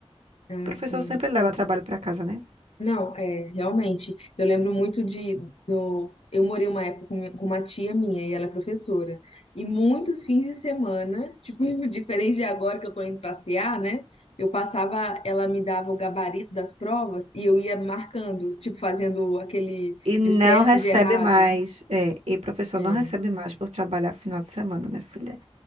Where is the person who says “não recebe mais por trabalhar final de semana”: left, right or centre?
Right